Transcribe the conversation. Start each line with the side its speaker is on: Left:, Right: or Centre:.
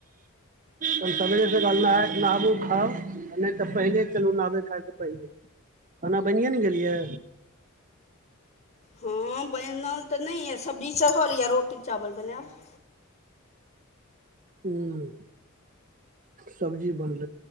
Right: तहन सबेरे सकाल नहै-नाहबू खाउ आ नै तऽ पहिले चलू नहबै-खाय सऽ पहिले। खाना बैनिए ने गेल यै?
Left: हँ, बैनल तऽ नै यऽ सब्जी चढ़यल यऽ रोटी- चावल बनेब।
Right: हूँ, सब्जी बनल